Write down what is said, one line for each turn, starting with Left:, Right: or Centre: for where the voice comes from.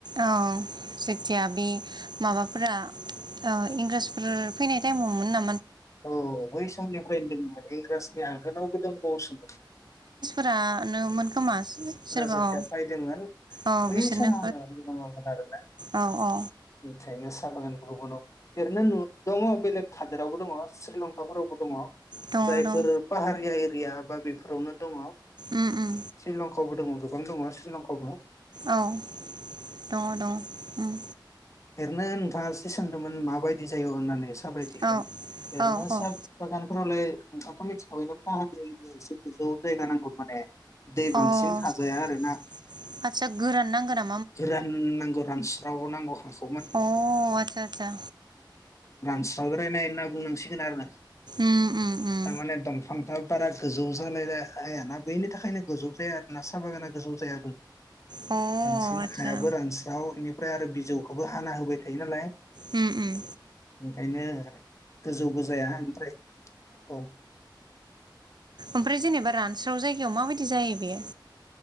Right: औ जेतिया बे माबाफोरा इंराजफोर फैनाय टाइमआवमोन ना
Left: औ बै समनिफ्रायनो दोङोमोन इंराजनि आगोलावबो दंबावसोमोन ।
Right: फ्रानोमोन खोमा सोरबा
Left: जेथिया
Right: औ
Left: फैदोंमोन
Right: औ
Left: बै
Right: बिसोरनो
Left: समावनो दङमोन आरोना
Right: औ औ
Left: बेखायनो <unintelligible> एरैनो नु दङ बेलग हादोर आवबो दङ । श्रीलंका फोरावबो दङ
Right: दङ
Left: जायफोर
Right: दङ
Left: पाहारिया ए रिया बा बेफोरावनो दङ'।
Right: उम उम
Left: श्रीलंकावबो दङ गोबां दङ श्रीलं आवबो
Right: औ दङ' दं उम।
Left: एरनो नोंथाङा एसे सोंदोमोन माबायदि जाय' हननानै साबायदिखौ
Right: औ
Left: ओरैनो
Right: औ औ
Left: साहा बागानफोरावलाय नोंथाङाथ' मिनथिखाबाय पाहार जायगाया इसे गोजौ जायगा नांगौ माने दै
Right: अ
Left: बांसिन थाजाया
Right: <inaudible>
Left: आरोना
Right: आदसा गोरान नांगो ना
Left: गोरान नांगौ रानस रावाव नांगौ हास
Right: अ आचसा आचसा
Left: सावग्रायनाय होनना बुंनांसिगोन आरो
Right: उम उम उम।
Left: थारमाने दंफांफ्रा बारा गोजौ जालाय आइयाना बैनि थाखायनो गोजौ जाया आर' ना साहा बागाना गोजौ जायामोन।
Right: अ
Left: बांसिन
Right: आदसा
Left: हायाबो रानस्रावनि ओमफ्राय आरो बिजौखौबो हाना होबाय थायो नालाय
Right: उम उम
Left: ओंखायनो आरो गोजौबो जाया ओमफ्राय औ।
Right: ओमफ्राय जेनेबा रानस्राव जायगायाव माबायदि जायो बेयो।